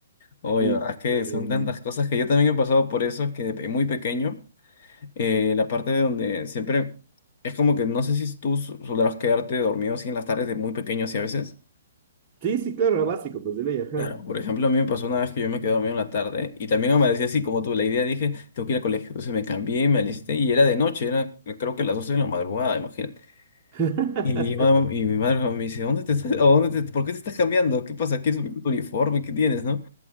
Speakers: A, on the left; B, on the right.
A: Oye,
B: Qué-
A: verdad es que
B: eh,
A: son tantas cosas que yo también he pasado por eso, que de pe- muy pequeño, eh, la parte de donde siempre es como que no sé si tú su- sabrás quedarte dormido así en las tardes de muy pequeño así a veces.
B: sí, sí, claro, lo básico, pues, de ley, ajá,
A: Claro, por ejemplo, a mí me pasó una vez que yo me quedé dormido en la tarde y también amanecí así como tú. La idea dije, tengo que ir al colegio. Entonces me cambié, me alisté y era de noche, era creo que las 12 de la madrugada, imagínate.
B: <laughs>
A: Y, ma- y mi madre me dice, ¿dónde te estás, a dónde te- por qué te estás cambiando? ¿Qué pasa? ¿Quieres tu uniforme? ¿Qué tienes, no?